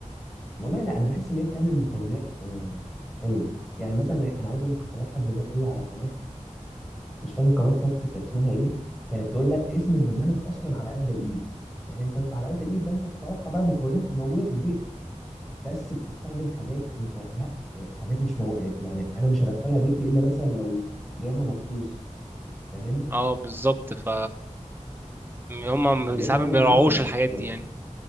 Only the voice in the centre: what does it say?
والله لا انا بحس ان هي بتعمل مكونات آه، حلوه يعني مثلا انا عايز اقول لك كنت بضحك زمان قوي على قناه مش فاكر قناه طبخ كانت اسمها ايه كانت تقول لك اسم البرنامج اصلا على قد الايد فاهم فانت على قد الايد ده انت بتتوقع بقى المكونات الموجوده في البيت بس بتستخدم حاجات انت لا حاجات مش مو... يعني انا مش هدخلها بيتي الا مثلا لو جايبها مخصوص فاهم
فاللي
هي البرامج
دي ما ما بحسهاش